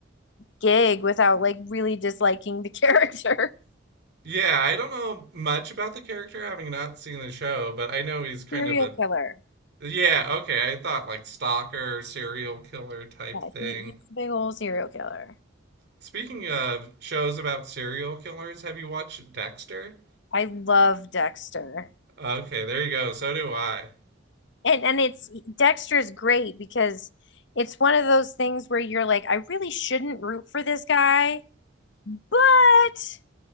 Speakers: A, on the left; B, on the right.
A: gig without like really disliking the character.
B: Yeah, I don't know much about the character having not seen the show, but I know
A: <laughs>
B: he's kind
A: Serial
B: of a.
A: killer.
B: Yeah, okay, I thought like stalker, serial killer type
A: Yeah,
B: thing.
A: he, he's a big old serial killer.
B: Speaking of shows about serial killers, have you watched Dexter?
A: I love Dexter.
B: Okay, there you go. So do I.
A: And and it's Dexter is great because it's one of those things where you're like, I really shouldn't root for this guy, but